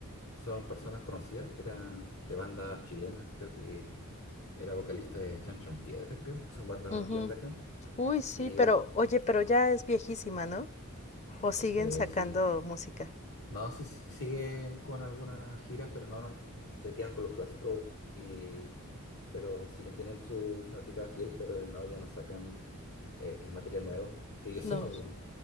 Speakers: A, on the left; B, on the left.
A: son personas conocidas que eran de bandas chilenas, creo que Era vocalista de Chancho en Piedra, creo, que son bandas
B: Ujú.
A: más bien de acá.
B: Uy, sí,
A: Y
B: pero
A: ujú,
B: oye, pero ya es viejísima, ¿no? ¿O siguen
A: eh,
B: sacando
A: sí.
B: música?
A: No, sí, sí, siguen con algunas giras, pero no, no, se quedan con los clásicos y pero siguen teniendo su fanática fiel, pero no, ya no sacan eh, material nuevo, que yo sepa
B: No,
A: por lo menos.